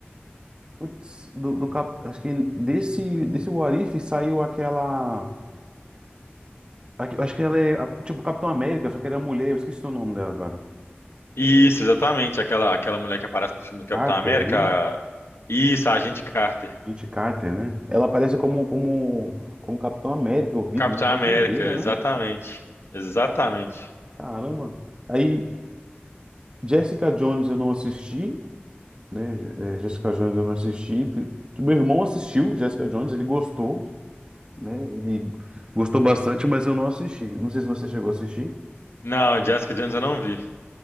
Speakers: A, on the right; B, on the left.
A: putz, do, do Cap- acho que desse, desse What If saiu aquela. aque- Acho que ela é a- tipo Capitão América, só que ela é mulher, eu esqueci o nome dela agora.
B: Isso, exatamente, aquela aquela mulher que aparece no filme do Capitão
A: Carter,
B: América.
A: né?
B: a- Isso, a Agente Carter.
A: Gente Carter, né? Ela aparece como, como, como Capitão América, eu vi
B: Capitão
A: também, uma
B: América,
A: doideira,
B: exatamente.
A: né?
B: Exatamente.
A: Caramba. Aí, Jessica Jones eu não assisti, né? É, Jessica Jones eu não assisti. Tipo, Meu irmão assistiu Jessica Jones, ele gostou, né? Ele gostou bastante, mas eu não assisti. Não sei se você chegou a assistir.
B: Não, Jessica Jones eu não vi.